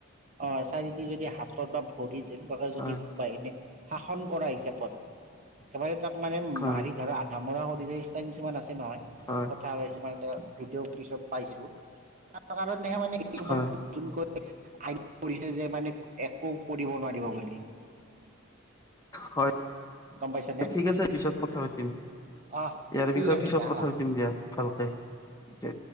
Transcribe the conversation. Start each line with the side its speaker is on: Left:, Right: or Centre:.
Right: অ এচাৰি দি যদি হাতত বা ভৰি এনেকুৱাকে যদি
Left: হয়
Right: কোবাই এনেই। শাসন কৰা হিচাপত একেবাৰে তাক মানে
Left: হয়
Right: মাৰি ধৰা ধামৰাৰ সদৃশ এই ইচ্ছা কিছুমান আছে নহয়।
Left: হয়।
Right: কথা কৈছো মানে ট ভিডিঅ' কিছুম পাইছোঁ। সাতটামান মানে কিছু মান
Left: হয়
Right: নতুনকৈ আই কৰিছে যে মানে। একো কৰিব নোৱাৰিব বুলি।
Left: হয়।
Right: গম পাইছানে
Left: ঠিক আছে পিছত কথা পাতিম
Right: অহ
Left: ইয়াৰ
Right: ঠিক
Left: বিষয়ে
Right: আছে
Left: পিছত
Right: দিয়া
Left: কথা
Right: অহ
Left: পাতিম দিয়া। ভালকে দে